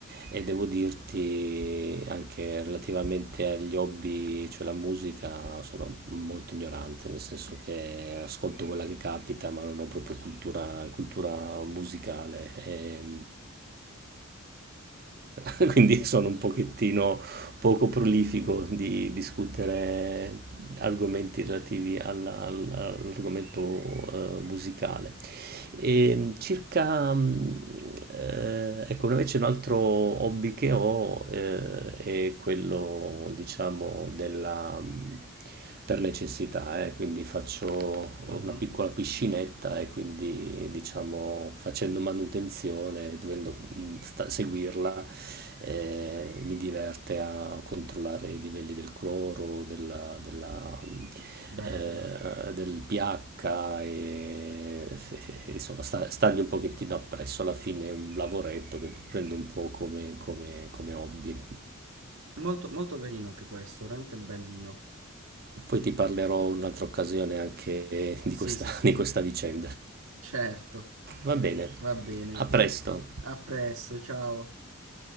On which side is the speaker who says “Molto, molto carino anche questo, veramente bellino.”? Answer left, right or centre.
Right